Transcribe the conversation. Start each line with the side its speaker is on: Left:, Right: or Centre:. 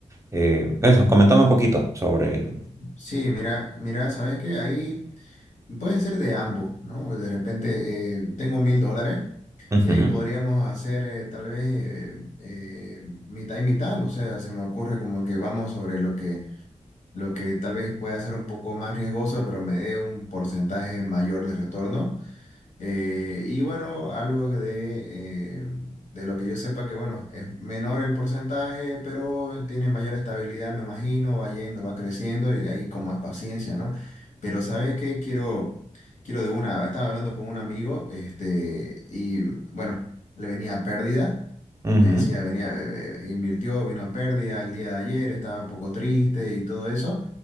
Right: eh, eso, comentame un poquito sobre...
Left: sí, mira, mira, ¿sabes qué? Ahí Puede ser de ambos, ¿no? De repente eh, tengo mil dólares
Right: Ujú,
Left: y ahí podríamos hacer eh, tal vez eh, eh, mitad y mitad, no sé, se me ocurre como que vamos sobre lo que, lo que tal vez pueda ser un poco más riesgoso, pero me dé un porcentaje mayor de retorno. Eh, y bueno, algo de, eh, de lo que yo sepa que, bueno, es menor el porcentaje, pero tiene mayor estabilidad, me imagino, va yendo, va creciendo y ahí con más paciencia, ¿no? Pero ¿sabes qué? Quiero, quiero de una, estaba hablando con un amigo, este, y bueno, le venía a pérdida.
Right: ujú,
Left: Me decía, venía, eh, eh, invirtió, vino a pérdida el día de ayer, estaba un poco triste y todo eso.